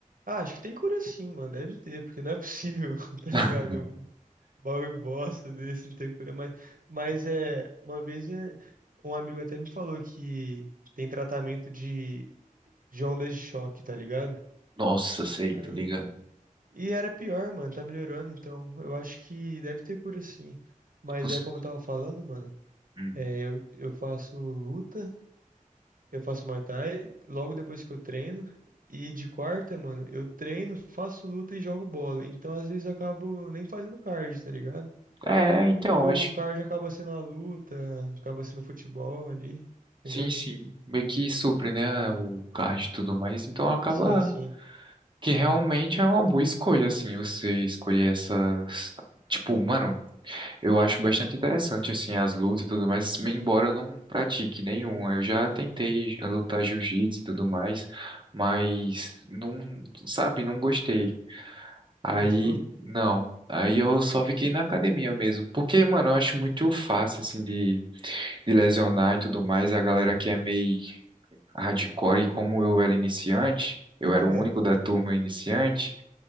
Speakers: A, on the right; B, on the right.
A: Ah, acho que tem cura sim, mano. Deve ter, porque não é possível, <laughs> tá
B: <laughs>
A: ligado? Um baú bosta desse não ter cura. Mas, mas é. Uma vez é, um amigo até me falou que tem tratamento de, de ondas de choque, tá ligado?
B: Nossa, sei,
A: Aí,
B: tô ligado.
A: E era pior, mano, tá melhorando, então eu acho que deve ter cura sim. Mas
B: Cons-
A: é como eu tava falando, mano,
B: hum.
A: é, eu, eu faço luta, eu faço Muay Thai logo depois que eu treino. E de quarta, mano, eu treino, faço luta e jogo bola. Então às vezes eu acabo nem fazendo cardio, tá ligado?
B: É, então,
A: Porque o
B: acho
A: cardio acaba sendo a luta, acaba sendo futebol ali, entendeu?
B: Sim, sim. Meio que supre, né, o card e tudo mais. Então acaba
A: Sim, sim.
B: que realmente é uma boa escolha, assim, você escolher essas. Tipo, mano, eu acho bastante interessante, assim, as lutas e tudo mais, embora eu não pratique nenhuma. Eu já tentei lutar jiu-jitsu e tudo mais, mas não, sabe, não gostei. Aí,
A: Não gostou?
B: não. Aí eu só fiquei na academia mesmo. Porque, mano, eu acho muito fácil, assim, de, de lesionar e tudo mais. A galera que é meio hardcore e como eu era iniciante,
A: <laughs>
B: eu era o único da turma iniciante,